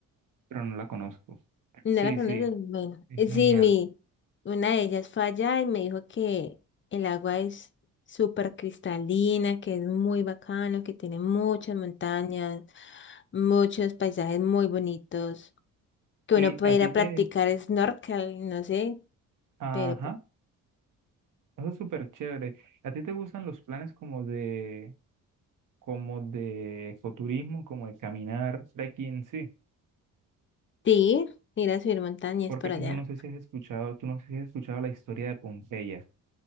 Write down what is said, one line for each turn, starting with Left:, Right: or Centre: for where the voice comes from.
Right: pero no la conozco.
Left: No
Right: Sí,
Left: la conoces,
Right: sí,
Left: bueno.
Right: es
Left: Eh,
Right: genial.
Left: Sí, mi, una de ellas fue allá y me dijo que el agua es súper cristalina, que es muy bacano, que tiene muchas montañas, muchos paisajes muy bonitos, que
Right: ¿Y
Left: uno puede
Right: a ti
Left: ir a
Right: te,
Left: practicar snorkel, no sé,
Right: Ajá,
Left: pero pues,
Right: eso es súper chévere. ¿A ti te gustan los planes como de, como de ecoturismo, como de caminar, trekking? Sí,
Left: sí, ir a subir montañas
Right: porque
Left: por allá.
Right: no, no sé si has escuchado, tú no sé si has escuchado la historia de Pompeya,